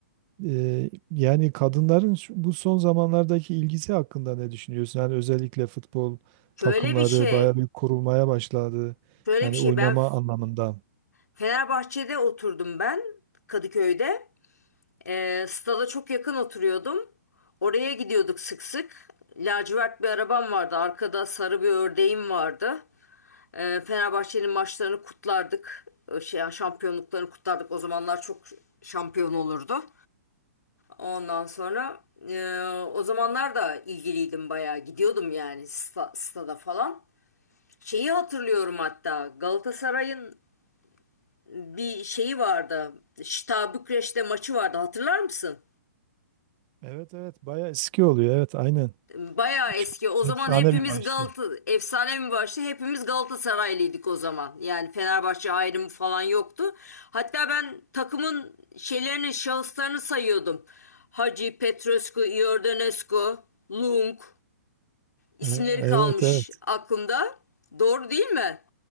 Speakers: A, on the right (about 35°); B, on the left (about 90°).
A: Ee, yani kadınların şu- bu son zamanlardaki ilgisi hakkında ne düşünüyorsun? Yani özellikle futbol
B: Şöyle
A: takımları
B: bir şey.
A: bayağı bir kurulmaya başladı.
B: Şöyle
A: Yani
B: bir şey
A: oynama
B: ben
A: anlamında.
B: Fenerbahçe'de oturdum ben Kadıköy'de. Ee, stada çok yakın oturuyordum. Oraya gidiyorduk sık sık. Lacivert bir arabam vardı. Arkada sarı bir ördeğim vardı. Ee, Fenerbahçe'nin maçlarını kutlardık. Ee, Şey, yani şampiyonluklarını kutlardık. O zamanlar çok şampiyon olurdu. Ondan sonra e, o zamanlar da ilgiliydim bayağı. Gidiyordum yani sta- stada falan. Şeyi hatırlıyorum hatta Galatasaray'ın bir şeyi vardı. Şta Bükreş'te maçı vardı. Hatırlar mısın?
A: Evet evet bayağı eski oluyor. Evet aynen.
B: Bayağı eski.
A: Çok
B: O
A: efsane
B: zaman hepimiz
A: bir maçtı.
B: Galata efsane mi başladı? Hepimiz Galatasaraylıydık o zaman. Yani Fenerbahçe ayrımı falan yoktu. Hatta ben takımın şeylerini, şahıslarını sayıyordum. Hacı, Petrescu, Iordanescu, Lung isimleri
A: Ha,
B: kalmış
A: Evet evet.
B: aklımda. Doğru değil mi?